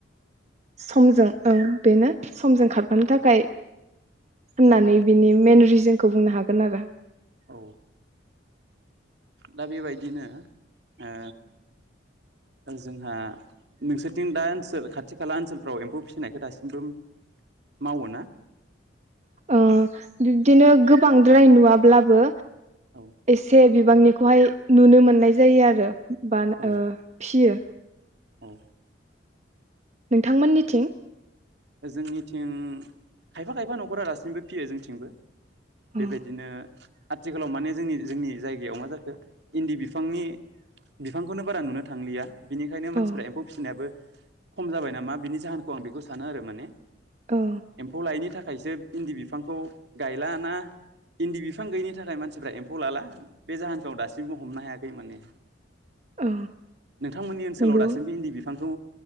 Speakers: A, on the right; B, on the right.
A: समजों औ बेनो समजों खारफानो थाखाय होननानै
B: औ
A: बिनि मेन रिजोन खौ बुंनो हागोन आरो।
B: औ। दा बेबायदिनो ओ जोंहा नोंसोरनिथिं दा ओनसोल खाथि खाला ओनसोलफ्राव एम्फौ फिसिनायखौ दासिमबो मावो ना?
A: ओ बिब्दिनो गोबांद्राय नुवाब्लाबो
B: औ
A: एसे बिबांनि खौहाय नुनो मोननाय जायो आरो बा
B: औ
A: ओ फियो।
B: औ।
A: नोंथांमोननिथिं?
B: जोंनिथिं खायफा खायफा न'खरा दासिमबो फियो जोंथिंबो। बेबायदिनो
A: औ
B: आथिखालाव माने जोंनि जोंनि जायगायाव मा जाखो इन्दि बिफांनि बिफांखौनो बारा नुनो थांलिया। बिनिखायनो मानसिफोरा
A: औ
B: एम्फौ फिसिनायाबो खम जाबाय नामा बिनि जाहोनखौ आं बेखौ सानो आरो माने।
A: औ
B: एम्फौ लायैनि था खायसो इन्दि बिफांखौ गायला ना इन्दि बिफां गैयिनि थाखाय मानसिफ्रा एम्फौ लाला बे जाहोनखौ आं दासिमबो हमनो हायाखै माने।
A: औ
B: नोंथांमोननि ओनसोलाव
A: नंगौ
B: दासिमबो इन्दि बिफांखौ